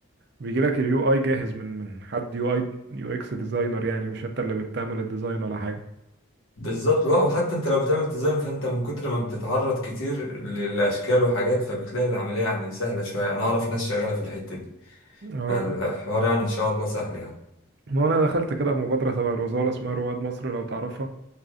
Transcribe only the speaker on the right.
بيجي لك اليو اي جاهز من من حد يو اي يو اكس ديزاينر يعني مش انت اللي بتعمل الديزاين ولا حاجه
اه
ما انا دخلت كده مبادره تبع الوزاره اسمها رواد مصر لو تعرفها